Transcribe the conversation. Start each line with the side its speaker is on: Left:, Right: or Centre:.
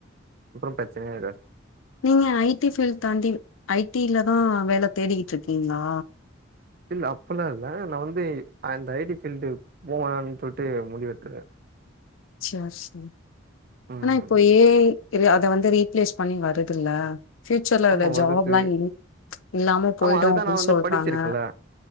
Right: அப்புறோ பிரச்சனயே இர்க்காது
Left: நீங்க ஐ டி ஃபீல் தாண்டி ஐ டில தா வேல தேடிக்கிட்ருக்கீங்ளா
Right: இல்ல அப்பல்லா இல்ல நா வந்து அந்த ஐ டி ஃபீல்டு போ வேணா சொல்ட்டு முடிவு எடுத்ருக்க
Left: சேர் செரி
Right: ம்
Left: ஆனா இப்போ ஏ ஐ இல்ல அத வந்து ரீப்ளேஸ் பண்ணி வருதுல்ல ஃபியூச்சர்ல
Right: ஆமா
Left: அந்த
Right: வருது
Left: ஜாப்லா இல் இல்லாம போய்டோ
Right: ஆமா அதுதா
Left: அப்டின்
Right: நா வந்து
Left: சொல்றாங்க
Right: படிச்சிருக்கேன்ல